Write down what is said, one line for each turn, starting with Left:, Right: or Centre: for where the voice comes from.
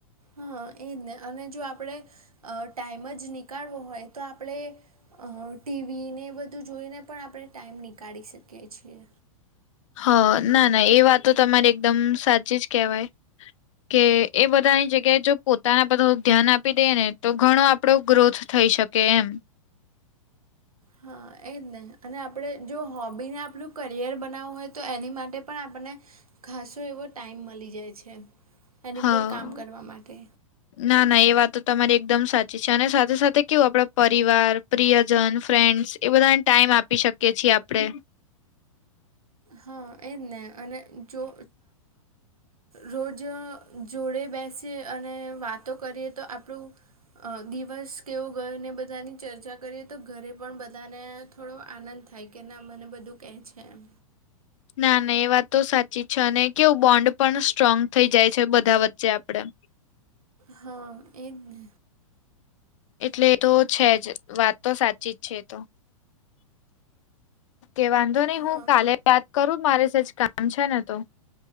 Right: હા એ જ ને અને જો આપણે ટાઈમ જ નીકળવો હોય તો આપણે અ ટીવી ને બધું જોઈને પણ આપણે ટાઈમ નીકાળી શકીએ છીએ.
Left: હ ના ના એ વાતો તમારે એકદમ સાચી જ કહેવાય કે એ બધાની જગ્યાએ જો પોતાના બધા ધ્યાન આપી દે ને. તો ઘણો આપડો ગ્રોથ થઈ શકે એમ
Right: હા એ જ નહી અને આપણે જો હોબીને આપણું કરિયર બનાવવું હોય તો એની માટે પણ આપણને ઘાસો એવો ટાઈમ મળી જાય છે એની
Left: હા
Right: પર કામ કરવા માટે
Left: ના ના એ વાત તો તમારી એકદમ સાચી છે અને સાથે સાથે કેવું આપડ પરિવાર પ્રિયજન ફ્રેન્ડ્સ એ બધાને ટાઈમ આપી શકીએ છીએ આપડે
Right: હા એજ ને અને જો રોજ જોડે બેસીએ અને વાતો કરીએ તો આપણું અ દિવસ કેવો ગયો ને બધાની ચર્ચા કરીએ તો ઘરે પણ બધાને થોડો આનંદ થાય કે ના મને બધું કહે છે એમ
Left: ના ના એ વાત તો સાચી છે અને કેવું બોન્ડ પણ સ્ટ્રોંગ થઈ જાય છે બધા વચ્ચે આપદા
Right: હા એજ ને.
Left: એટલે તો છે જ વાત તો સાચી જ છે તો કે વાંધો નહી
Right: હા
Left: હું કાલે વાત કરું મારે સજ કામ છેને તો